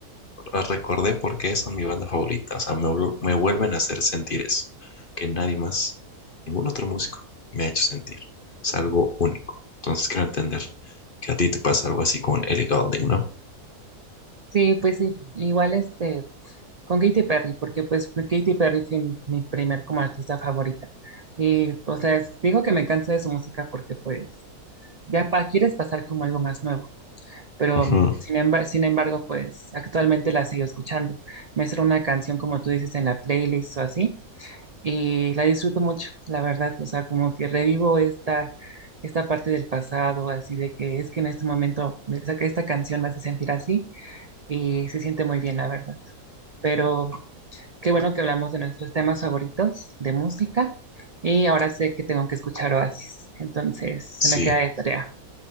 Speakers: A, on the left; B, on the right.
A: las recordé porque son mi banda favorita. O sea, me, vuel- me vuelven a hacer sentir eso. Que nadie más, ningún otro músico me ha hecho sentir. Es algo único. Entonces quiero entender que a ti te pasa algo así con Ellie Goulding, ¿no?
B: Sí, pues sí. Igual este, Con Katy Perry, porque pues pues, Katy Perry fue mi, mi primer como artista favorita. Y, o sea, es- digo que me canso de su música porque pues ya pa- quieres pasar como algo más nuevo, pero
A: Ujú.
B: mm, sin embargo, sin embargo, pues actualmente la sigo escuchando. Me sale una canción, como tú dices, en la playlist o así, y la disfruto mucho, la verdad, o sea, como que revivo esta, esta parte del pasado, así de que es que en este momento me saca esta canción, me hace sentir así, y se siente muy bien, la verdad. Pero Qué bueno que hablamos de nuestros temas favoritos de música y ahora sé que tengo que escuchar Oasis, entonces se me
A: Sí,
B: queda de tarea.